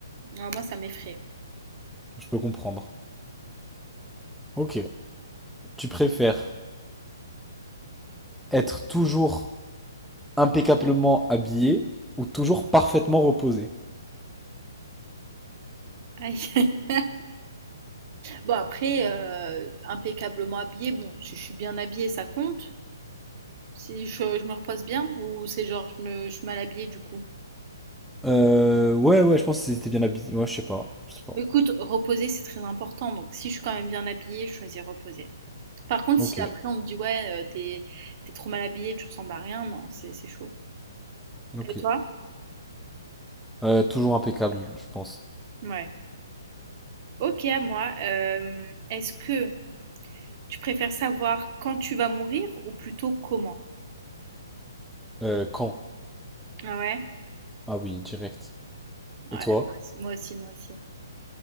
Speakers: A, on the right; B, in the centre.
A: Alors moi, ça m'effraie.
B: je peux comprendre ok tu préfères être toujours impeccablement habillé ou toujours parfaitement reposé?
A: Aïe, <laughs> aïe. Bon, après, euh, impeccablement habillée, bon, si je suis bien habillée, ça compte. Si je, je me repose bien, ou c'est genre, je, me, je suis mal habillée du coup.
B: Euh, ouais, ouais, je pense qu'ils étaient bien habillés. Ouais, je sais pas, je sais pas.
A: Mais Écoute, reposer, c'est très important. Donc, si je suis quand même bien habillée, je choisis reposer. Par contre,
B: Ok,
A: si après on me dit, ouais, euh, t'es, t'es trop mal habillée, tu ressembles à rien, non, c'est c'est chaud.
B: ok.
A: Et toi?
B: Euh, toujours impeccable, je pense.
A: Ouais. Ok, à moi. Euh, est-ce que Tu préfères savoir quand tu vas mourir ou plutôt comment?
B: Euh, quand?
A: Ah ouais?
B: Ah oui, direct.
A: Ouais,
B: Et toi?
A: moi aussi, moi aussi. moi aussi.